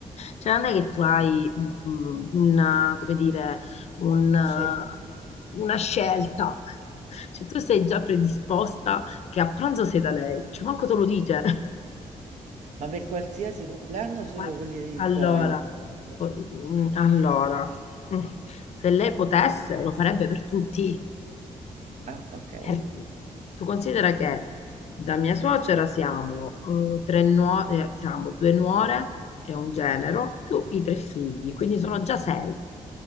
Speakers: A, on the left; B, on the right.
A: Cioè, non è che tu hai mm, una, come dire, un, eh,
B: c'è-
A: una scelta. Cioè, tu sei già predisposta che a pranzo sei da lei. Cioè, manco te lo dice.
B: ma per qualsiasi compleanno solo
A: Ma-
B: quelli dei
A: Allora,
B: tuoi? della
A: po-
B: sua?
A: mm, allora, mm, se lei potesse lo farebbe per tutti,
B: Ah, ok. Eh,
A: per tutti. Tu considera che da mia suocera siamo, eh, tre nuo- eh, siamo due nuore e un genero, più i tre figli, quindi sono già sei.